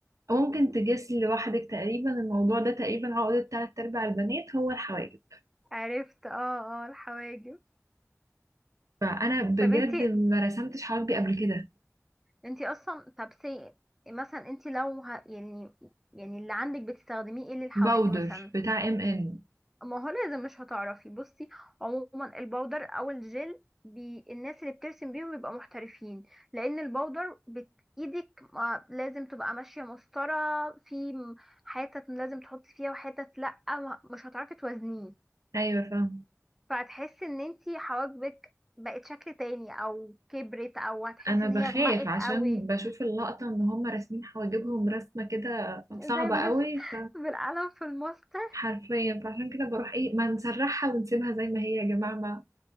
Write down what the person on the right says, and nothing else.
ممكن تجس لوحدك تقريبا الموضوع ده تقريبا عقدة تلات ارباع البنات هو الحواجب
فانا بجد
ما رسمتش حواجبي قبل كده
باودر
بتاع ام ان
ايوه فاهم
انا
بخاف
عشان
بشوف اللقطه ان هم راسمين حواجبهم رسمه كده صعبه
قوي
فحرفيا فعشان كده بروح ايه ما نسرحها ونسيبها زي ما هي يا جماعه ما